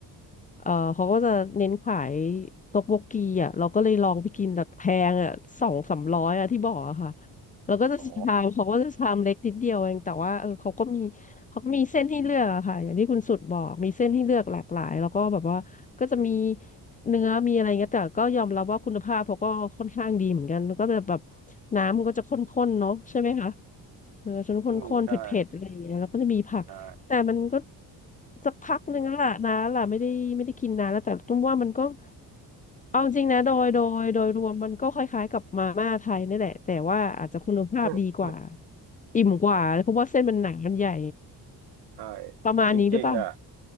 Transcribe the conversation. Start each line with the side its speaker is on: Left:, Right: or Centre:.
Left: เออเขาก็จะเน้นขายต๊อกโบกีอ่ะเราก็เลยลองไปกินแบบแพงอ่ะสองสามร้อยอ่ะที่บอกอะค่ะเราก็จะชาม
Right: อ๋อ
Left: <laughs> เขาก็จะชามเล็กนิดเดียวเองแต่ว่าเออเขาก็มีเขาก็มีเส้นให้เลือกอะค่ะอย่างที่คุณสุดบอกมีเส้นให้เลือกหลากหลายแล้วก็แบบว่าก็จะมีเนื้อมีอะไรเงี้ยแต่ก็ยอมรับว่าคุณภาพเขาก็ค่อนข้างดีเหมือนกันแล้วก็จะแบบน้ำมันก็จะข้นๆเนาะใช่ไหมคะมันก็จะข้นๆเผ็ดๆอะไรอย่างเงี้ยแล้วก็จะมีผัก
Right: อืมใช่ใช่
Left: แต่มันก็สักพักหนึ่งแล้วล่ะนะล่ะไม่ได้ไม่ได้กินนานแล้วแต่ตุ้มว่ามันก็เอาจริงนะโดยโดยโดยรวมมันก็คล้ายๆกับมาม่าไทยนี่แหละแต่ว่าอาจจะคุณภาพดีกว่า
Right: อืมอืม
Left: อิ่มกว่าเพราะว่าเส้นมันหนามันใหญ่
Right: เออใช่
Left: ประมาณนี้หรือเปล่า
Right: จริงๆอ่ะ